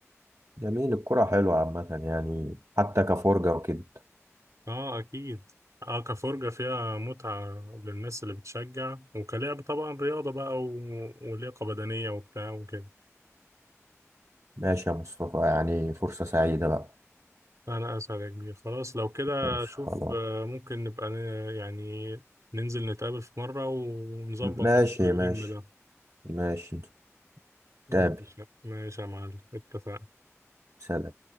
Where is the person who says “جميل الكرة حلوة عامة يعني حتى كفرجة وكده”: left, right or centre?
Right